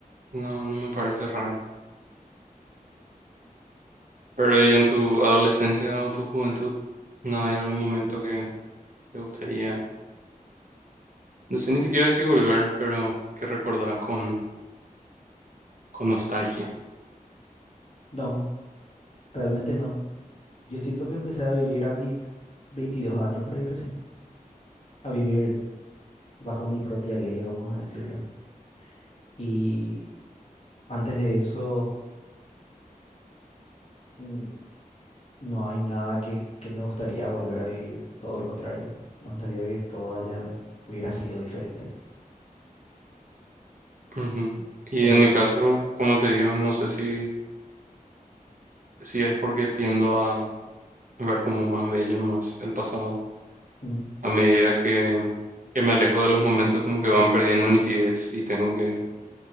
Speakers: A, on the right (about 65°); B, on the left (about 45°).
A: no, no me parece raro. Pero ¿y en tu adolescencia o tu juventud no hay algún momento que te gustaría, no sé ni siquiera si volver, pero que recordás con, con nostalgia?
B: No, realmente no. Yo siento que empecé a vivir a mis 22 años por ahí recién, a vivir bajo mi propia ley, vamos a decirlo. Y antes de eso... mm, No hay nada que, que me gustaría volver a vivir, todo lo contrario. Me gustaría que todo haya, hubiera sido diferente.
A: Ujú. Y
B: Pero
A: en mi caso, como te digo, no sé si, si es porque tiendo a ver como más bello nomás el pasado.
B: mm,
A: A medida que, que me alejo de los momentos, como que van perdiendo nitidez y tengo que